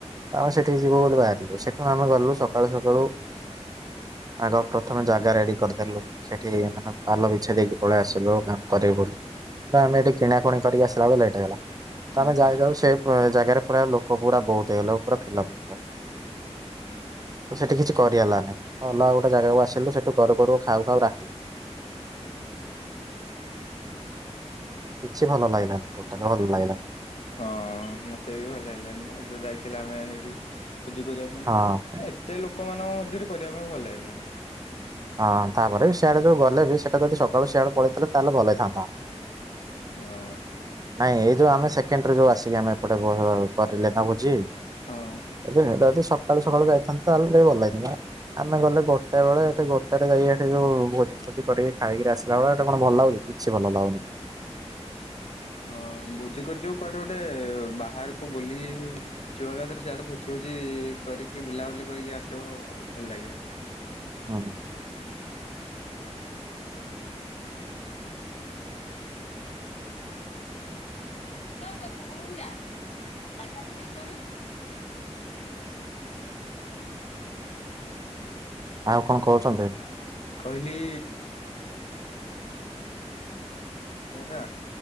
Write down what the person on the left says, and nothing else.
ହୁଁ
ହୁଁ
ହଁ ମତେ ବି ଭଲ ଲାଗିଲାନି ତ ଯୋଉ ଯାଇଥିଲା ଆମେ ହେଇଠି ଭୋଜି କରିବା
ଏତେ ଲୋକମାନଙ୍କ ମଧ୍ୟରେ କରିବା ପାଇଁ ଭଲ ଲାଗିଲାନି।
ହଁ
ହଁ
ହଁ ଭୋଜି କରି ଯିବ କୁଆଡେ ଗୋଟେ ବାହାରକୁ ବୁଲି ଯିବା ଏକାଥରେ ସିଆଡେ ଭୋଜି ଭୋଜି କରିକି ବୁଲାବୁଲି କରିକି ଆସିବ ଭଲ ଲାଗିବ।
<inaudible>
କହିଲି ହଁଟା